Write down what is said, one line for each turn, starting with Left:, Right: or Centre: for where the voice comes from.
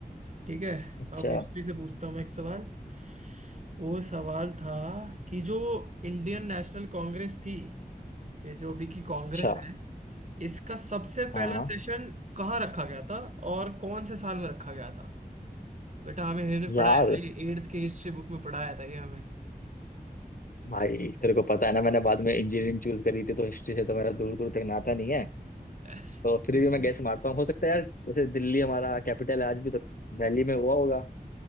Right: ठीक है
Left: अच्छा
Right: अब हिस्ट्री से पूछता हूँ मैं एक सवाल वो सवाल था कि जो इंडियन नेशनल कांग्रेस थी ये जो अभी की कांग्रेस
Left: अच्छा
Right: है इसका सबसे पहला
Left: हाँ
Right: सेशन कहाँ रखा गया था और कौन से साल में रखा गया था बेटा हमें हमने पढ़ाया
Left: यार
Right: था ये एट्थ के हिस्ट्री बुक में पढ़ाया था ये हमें
Left: भाई तेरे को पता है ना मैंने बाद में इंजीनियरिंग चूज करी थी तो हिस्ट्री से तो मेरा दूर दूर तक नाता नहीं है
Right: <laughs>
Left: तो फिर भी मैं गैस मारता हूँ हो सकता है यार जैसे दिल्ली हमारा कैपिटल है आज भी तो दिल्ली में हुआ होगा